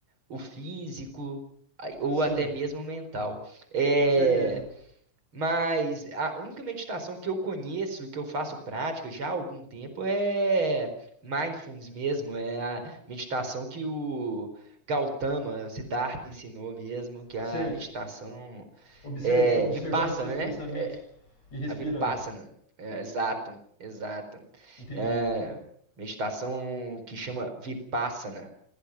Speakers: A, on the right; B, on the left.
A: o físico ai- ou
B: Sim,
A: até mesmo o mental. É,
B: com certeza.
A: mas a única meditação que eu conheço, que eu faço prática já há algum tempo, é mindfulness mesmo, é a meditação que o Gautama, o Siddhartha ensinou mesmo, que é
B: Sei.
A: a meditação
B: Observ-
A: é,
B: observando
A: Vipassana,
B: seus pensamentos
A: né?
B: e respirando.
A: A Vipassana, é, exato, exato.
B: Entendi.
A: É, meditação que chama Vipassana